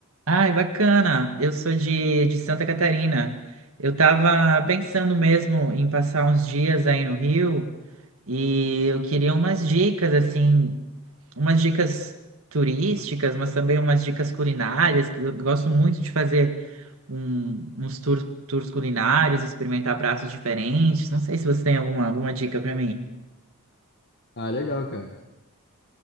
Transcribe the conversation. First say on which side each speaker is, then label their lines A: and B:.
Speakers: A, on the right (about 70°); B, on the left (about 50°).
A: Ai, bacana. Eu sou de, de Santa Catarina. Eu tava pensando mesmo em passar uns dias aí no Rio e eu queria umas dicas, assim, umas dicas turísticas, mas também umas dicas culinárias, que eu gosto muito de fazer um- uns tour- tours culinários, experimentar pratos diferentes. Não sei se você tem alguma, alguma dica para mim.
B: Ah, legal, cara.